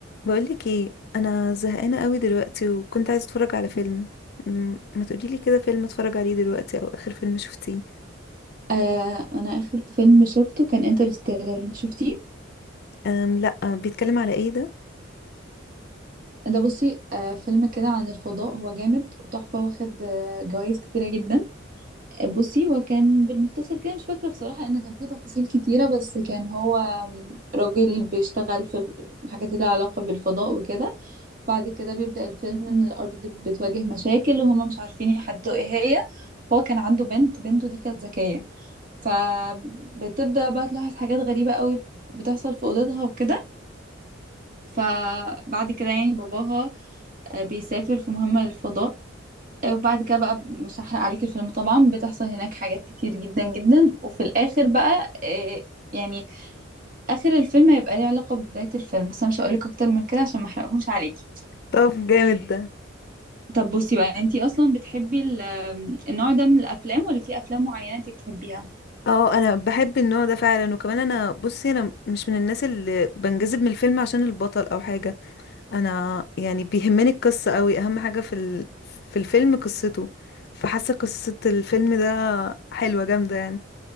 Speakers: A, on the left (about 55°); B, on the right (about 45°).
A: بقولك ايه انا زهقانه قوي دلوقتي وكنت عايزه اتفرج على فيلم أم، ما تقوليلي كده فيلم اتفرج عليه دلوقتي او اخر فيلم شفتيه
B: آه انا اخر فيلم شفته كان انترستيلر انت شفتيه
A: أم لا بيتكلم على ايه ده
B: ده بصي آه فيلم كده عن الفضاء هو جامد وتحفه واخد آه جوائز كتيره جدا آه، بصي هو كان بالمختصر كده مش فاكره بصراحه ان كان فيه تفاصيل كتيره بس كان هو آم، راجل بيشتغل في الحاجات اللي لها علاقه بالفضاء وكده بعد كده بيبدا الفيلم ان الارض بتواجه مشاكل وهما مش عارفين يحددوا ايه هي هو كان عنده بنت بنته دي كانت ذكيه فبتبدا بقى تلاحظ حاجات غريبه قوي بتحصل في اوضتها وكده فبعد كده يعني باباها آه، بيسافر في مهمة للفضاء آه، وبعد كده بقى مش هحرق عليك الفيلم طبعا بتحصل هناك حاجات كتير جدا جدا وفي الآخر بقى آه، يعني آخر الفيلم هيبقى ليه علاقة ببداية الفيلم بس أنا مش هقولك أكتر من كده عشان ما أحرقهوش عليكي
A: طب <laughs> جامد ده
B: طب بصي بقى انتي أصلا بتحبي ال- آم، النوع ده من الأفلام ولا في أفلام معينة انتي بتحبيها؟
A: اه انا بحب النوع ده فعلا وكمان انا بصي انا مش من الناس اللي بنجذب من الفيلم عشان البطل او حاجه انا يعني بيهمني القصه قوي اهم حاجه في ال... في الفيلم قصته فحاسه قصه الفيلم ده حلوه جامده يعني